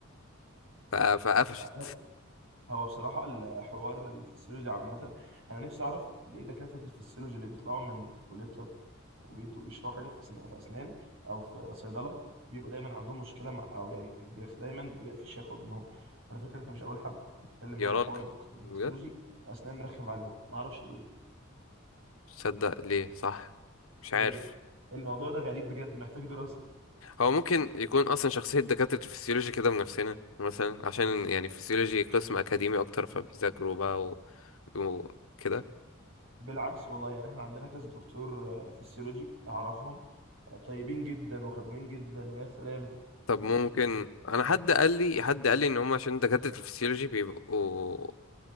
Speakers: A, on the left; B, on the right.
A: ف... فقفشت
B: هو هو بصراحة الحوار الفسيولوجي عامة أنا نفسي أعرف ليه دكاترة الفسيولوجي اللي بيطلعوا من كلية طب وبيدوا بيشرحوا حاجة في أسنان في أسنان أو في صيدلة بيبقى دايما عندهم مشكلة مع أو يعني بيخ- دايما بيبقى في شكوى منهم على فكرة أنت مش أول حد يتكلم معايا
A: يا راجل
B: حوار الدكتور الفسيولوجي
A: بجد
B: أسنان مرخم عليه معرفش ليه
A: مش صدق ليه صح مش
B: يعني
A: عارف
B: الموضوع ده غريب بجد محتاج دراسة
A: هو ممكن يكون اصلا شخصية دكاترة الفسيولوجي كده من نفسنا مثلا عشان يعني الفسيولوجي قسم اكاديمي اكتر فبيذاكروا بقى و... وكده
B: بالعكس والله يعني احنا عندنا كذا دكتور آه، فسيولوجي اعرفهم طيبين جدا وخدومين جدا ويا سلام
A: طب
B: ت-
A: ممكن
B: ت-
A: انا حد قال لي حد قال لي ان هم عشان دكاترة الفسيولوجي بيبقوا